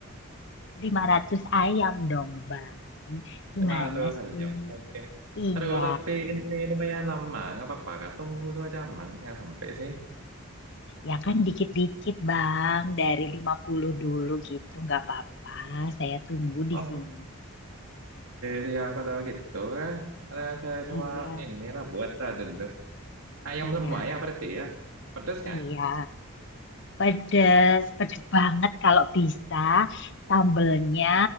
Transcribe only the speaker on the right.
500 ayam,
oke.
Aduh, tapi ini lumayan lama. Nggak apa-apa, Kak. Tunggu dua jaman. Nggak sampai sih.
Oke,
siap kalau gitu. Kak. Ada saya coba
inilah buat lah dulu. Ayam
semua ya berarti ya. Pedas nggak?